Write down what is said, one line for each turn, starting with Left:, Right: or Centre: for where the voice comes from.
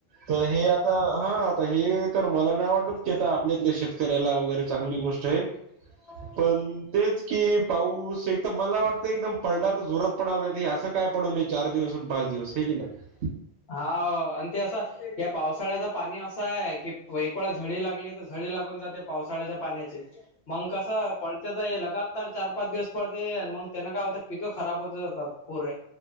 Right: तर ही आता, हा पहिली, तर मला नाही वाटत ते तर आपल्या इथल्या शेतकऱ्याला वगैरे चांगली गोष्ट हाय.
Left: <inaudible>
Right: पण तेच की, पाऊस एकत मला वाटतंय एकदम पडला तर जोरात पडावं, नाही ती असं काय पडून नाही, चार दिवस अन पाच दिवस, हाय की नाही?
Left: हो अन ते असं या पावसाळ्याचा पाणी असं हाय, की एक वेळा झळे लागली, त झळे लागून जाते. पावसाळ्याच्या पाण्याची मग कसं, पळत्यातंय लगातार चार पाच दिवस पळतेय, अन मग त्यानं काय होतंय? पिकं खराब होत जातात, पुरे